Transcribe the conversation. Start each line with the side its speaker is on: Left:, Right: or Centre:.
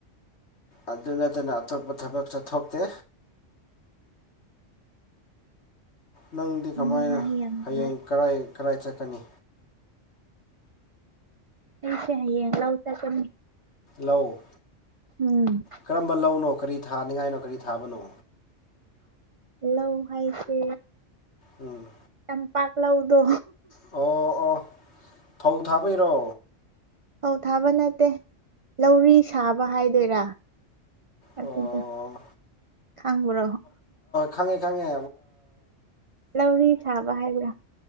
Left: ꯑꯗꯨ ꯅꯠꯇꯅ ꯑꯇꯣꯞꯄ ꯊꯕꯛ ꯆꯠꯊꯣꯛꯇꯦ ꯅꯪꯗꯤ ꯀꯃꯥꯏꯅ
Right: ꯌꯥꯝ ꯅꯨꯡꯉꯥꯏ ꯌꯥꯝ ꯅꯨꯡꯉꯥꯏ
Left: ꯍꯌꯦꯡ ꯀꯔꯥꯏ ꯀꯔꯥꯏ ꯆꯠꯀꯅꯤ
Right: ꯑꯩꯁꯦ ꯍꯌꯦꯡ ꯂꯧ ꯆ ꯆꯅꯤ
Left: ꯂꯧ
Right: ꯎꯝ
Left: ꯀꯔꯝꯕ ꯂꯧꯅꯣ ꯀꯔꯤ ꯊꯥꯅꯤꯡꯉꯥꯏꯅꯣ ꯀꯔꯤ ꯊꯥꯕꯅꯣ
Right: ꯂꯣ ꯍꯥꯏꯁ
Left: ꯎꯝ
Right: ꯆꯝꯄꯥꯛꯥꯛ ꯂꯧꯥꯎꯗꯣ
Left: ꯑꯣ ꯑꯣ ꯐꯧ ꯊꯥꯕꯔꯣ
Right: ꯑꯧ ꯊꯥꯕ ꯅꯠꯇꯦ ꯂꯧꯔꯤ ꯁꯥꯕ ꯍꯥꯏꯗꯣꯏꯔꯥ ꯑꯗꯨꯗ
Left: ꯑꯣ
Right: ꯊꯥꯡꯕ꯭ꯔꯣ
Left: ꯈꯉꯦ ꯈꯉꯦ
Right: ꯂꯧꯔꯤ ꯁꯥꯕ ꯍꯥꯏꯕ꯭ꯔꯥ